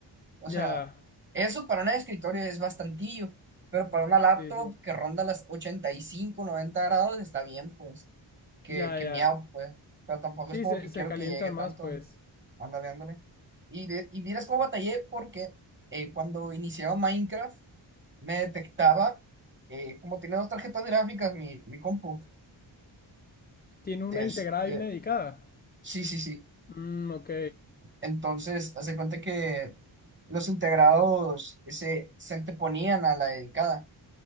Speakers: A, on the right (about 25°); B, on the left (about 25°).
A: O
B: Ya.
A: sea, eso para un escritorio es bastantillo, pero para una laptop
B: Sí, sí.
A: que ronda las 85 90 grados está bien, pues. Que,
B: Ya,
A: que
B: ya.
A: miau, pues. Pero tampoco
B: Sí,
A: es como
B: se,
A: que
B: se
A: quiero
B: calientan
A: que llegue tanto.
B: más, pues.
A: Ándale, ándale. Y, de- y miras cómo batallé porque eh, cuando iniciaba Minecraft me detectaba, eh, como tiene dos tarjetas gráficas mi, mi compu,
B: Tiene una
A: Este,
B: integrada y una dedicada.
A: sí, sí, sí.
B: Mm, ok.
A: Entonces, hace cuenta que los integrados se, se anteponían a la dedicada